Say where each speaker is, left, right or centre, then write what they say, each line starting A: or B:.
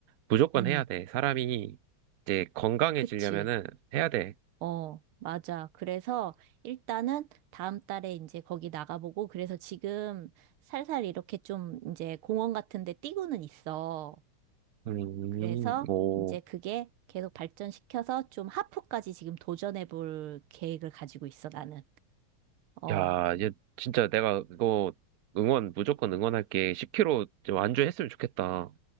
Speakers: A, on the right (about 60°); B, on the right (about 85°).
A: 무조건
B: 음,
A: 해야 돼. 사람이 이제 건강해지려면은
B: 그치.
A: 해야 돼.
B: 어, 맞아. 그래서 일단은 다음 달에 이제 거기 나가보고 그래서 지금 살살 이렇게 좀 이제 공원 같은 데 뛰고는 있어.
A: 음,
B: 그래서
A: 오.
B: 이제 그게 계속 발전시켜서 좀 하프까지 지금 도전해 볼 계획을 가지고 있어, 나는. 어.
A: 야, 얘 진짜 내가 이거 응원, 무조건 응원할게. 10kg 좀 완주했으면 좋겠다.